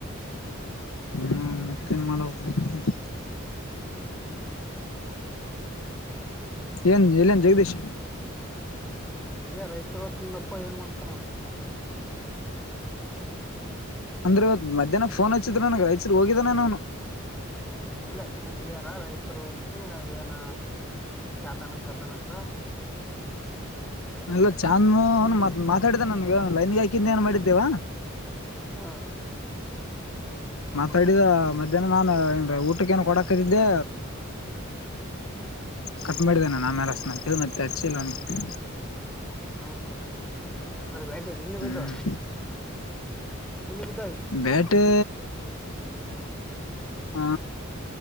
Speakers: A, on the left; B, in the centre.
A: ಹ ಮತ್ತೇನ್ ಮಾಡಬೇಕ್ರೀ ಅಂತ. ಏನ್ ಎಲ್ಲ ನ್ ಜಗದೀಶ್.
B: ಹ್ಮ್ ಇ <unintelligible> ಏನ್ ಮಾಡ್ತಾನ.
A: ಅಂದ್ರ ಇವತ್ ಮಧಹ್ನ ಫೋನ್ ಹಚ್ಚಿದ್ರ ನನ್ಗ ರ ಯಾಚೂರ್ರು ಹೋಗಿದಾನೆನು.
B: ಇಲ್ಲ ಏ ಇಲ್ಲಿರ ರೈತರು ಹೊತ್ತ ಏನ ಚಾಂಡನ ಕರ್ದನ ಅಂತ.
A: ಎಲ್ಲ ಚಾಂದ್ನು ಅವನು ಮಾತಾಡಿದ ನನ್ಗ ಲೈನ್ಗೆ ಹಾಕಿದ್ದ ಏನ್ ಮಾಡಿದ್ದೇವಾ.
B: ಹ್ಮ್
A: ಮಾತಾಡಿದ ಮಧ್ಯಾಹ್ನ ನಾನ್ ಏನ್ ಊಟಕ್ಕ ಏನ್ ಕೊಡಾಕತಿದ್ದೆ. ಕಟ್ ಮಾಡಿದ್ದಾನ ಆಮೇಲೆ ಅಷ್ಟು ನ ತಿಳಿ ಮತ್ತೆ ಅಚ್ಚಿ ನನಿಗೆ..
B: ಹಾ ಹ್ಮ್ ಹ್ಮ್ ಅದ್ರೆ ಬಟ ಇನ್ನ ಬಿದ್ದ
A: ಹ್ಮ್
B: ಇನ್ನ ಬಿದ್
A: ಬೇ ಟು ಆ